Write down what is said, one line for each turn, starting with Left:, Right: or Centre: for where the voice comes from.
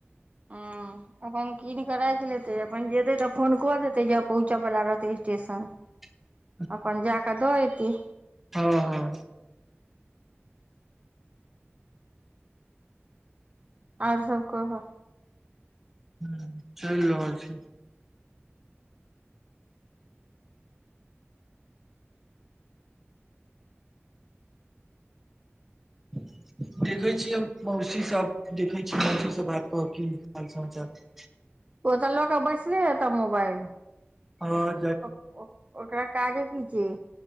Right: अं अपन कीन कऽ राखि लेतै अपन जेतै तऽ फोन कऽ देतै ज पहुँचय वला रहतै स्टेशन
Centre: <unintelligible>
Right: अपन जा कऽ द एते
Centre: हँ हँ
Right: ओर सब कहय
Centre: हू चलि रहल छैय <inaudible> देखै छियै हम मौसीसँ देखै छीयै मौसीसँ बात काय की हाल समाचार
Right: ओ तऽ लऽ कऽ बैसले हेतऽ मोबाइल
Centre: ओर
Right: ओ-ओ-ओकरा काजे की छै